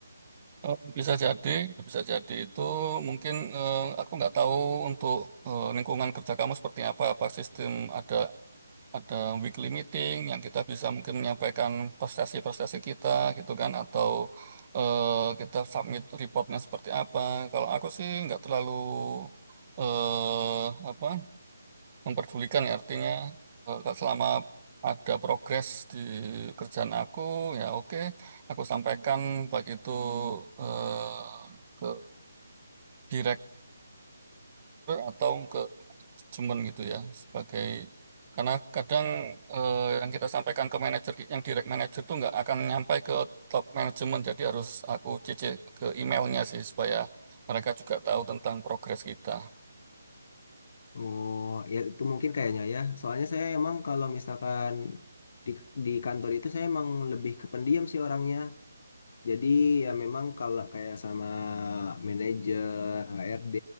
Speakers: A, on the right; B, on the left.
A: Eh, Bisa jadi, bisa jadi itu mungkin eh, aku nggak tahu untuk eh, lingkungan kerja kamu seperti apa, apa sistem ada ada weekly meeting yang kita bisa mungkin menyampaikan prestasi-prestasi kita gitu kan atau eh, kita submit reportnya seperti apa. Kalau aku sih nggak terlalu eh apa memperdulikan ya artinya eh, kalau selama ada progres di kerjaan aku ya oke aku sampaikan baik itu eh, ke director atau ke cuman gitu ya sebagai karena kadang eh, yang kita sampaikan ke manajer yang direct manager itu nggak akan nyampai ke top manajemen jadi harus aku cc ke emailnya sih supaya mereka juga tahu tentang progres kita.
B: Oh, ya itu mungkin kayaknya ya. Soalnya saya emang kalau misalkan di di kantor itu saya emang lebih kependiam sih orangnya. Jadi ya memang kalau kayak sama manajer, HRD,